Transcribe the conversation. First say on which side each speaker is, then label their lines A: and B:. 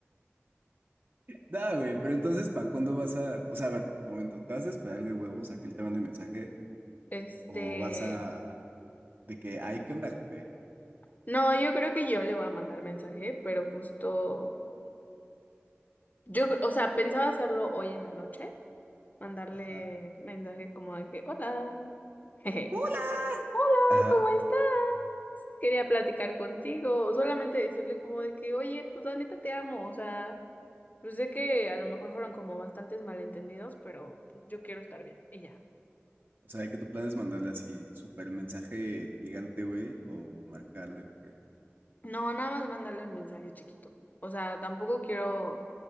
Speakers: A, on the right; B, on the left.
A: No, güey, pero entonces, ¿para cuándo vas a...? O sea, a ver, momento, ¿te vas a esperar de huevos a que él te mande mensaje?
B: Este,
A: ¿O vas a...? De que, ay, ¿qué onda, jefe?
B: no, yo creo que yo le voy a mandar mensaje, pero justo, yo, o sea, pensaba hacerlo hoy en la noche mandarle
A: Ajá.
B: mensaje como de que, hola, jeje,
A: ¡Hola!
B: hola,
A: Ajá.
B: ¿cómo estás? Quería platicar contigo, o solamente decirle como de que, oye, pues la neta te amo, o sea, yo sé que a lo mejor fueron como bastantes malentendidos, pero pues, yo quiero estar bien, y ya.
A: O sea, que tu plan es mandarle así súper mensaje gigante, güey, o marcarle o qué.
B: No, nada más mandarle un mensaje chiquito. O sea, tampoco quiero